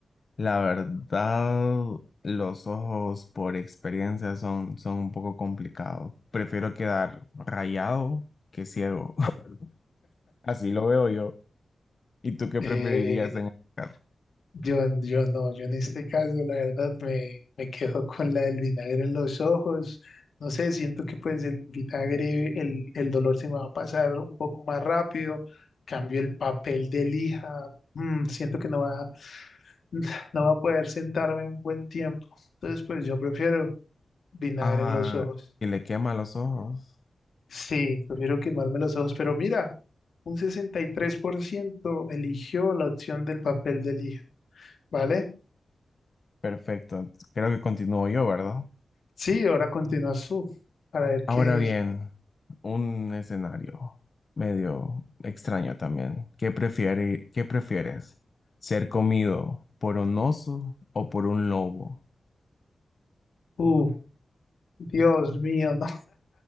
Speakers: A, on the left; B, on the left.
A: la verdad los ojos por experiencia son, son un poco complicados. Prefiero quedar rayado que ciego. <laughs> Así lo veo yo. ¿Y tú qué
B: Eh,
A: preferirías en este caso?
B: Yo, yo no, yo en este caso la verdad me, me quedo <laughs> con la del vinagre en los ojos. No sé, siento que pues el vinagre, el, el dolor se me va a pasar un poco más rápido. Cambio el papel de lija. mm, siento que no va, <laughs> no va a poder sentarme un buen tiempo. Entonces pues yo prefiero vinagre
A: Ah,
B: en los ojos.
A: y le quema los ojos.
B: Sí, prefiero quemarme los ojos. Pero mira, un 63% eligió la opción del papel de lija, ¿vale?
A: Perfecto. Creo que continúo yo, ¿verdad?
B: Sí, ahora continúa su, para ver
A: Ahora
B: qué.
A: bien, un escenario medio extraño también. ¿Qué prefiere, qué prefieres? ¿Ser comido por un oso o por un lobo?
B: Uf, Dios mío, no.